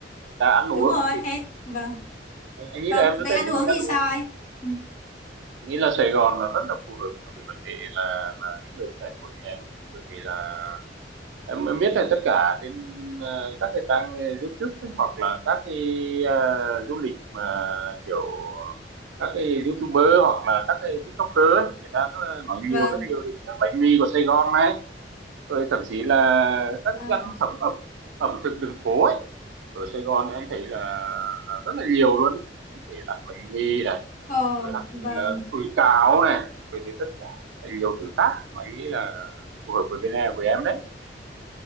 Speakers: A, on the right; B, on the left.
A: ăn uống
B: Đúng rồi.
A: thì
B: Ê, vâng.
A: anh, anh nghĩ
B: Vâng,
A: là em rất
B: về
A: là
B: ăn
A: thích
B: uống
A: ăn
B: thì
A: uống
B: sao anh? Ừ,
A: nghĩ là Sài Gòn là rất là phù hợp cho cái vấn đề là là những người trẻ tuổi như em bởi vì là em, em biết là tất cả trên ờ, các cái trang YouTube ấy, hoặc là các cái ờ, du lịch mà kiểu các cái YouTuber hoặc là các cái TikToker ấy, người ta rất là nói
B: Vâng.
A: nhiều rất nhiều đến bánh mì của Sài Gòn này rồi thậm chí là các cái
B: Ờ.
A: thức ăn thẩm ẩm ẩm thực đường phố ấy ở Sài Gòn em thấy là, là rất là nhiều luôn ấy. em thấy ăn bánh mì này
B: Ờ
A: rồi ăn
B: vâng.
A: là sủi cảo này rồi thì tất cả nhiều thứ khác mà anh nghĩ là phù hợp với bên em với em đấy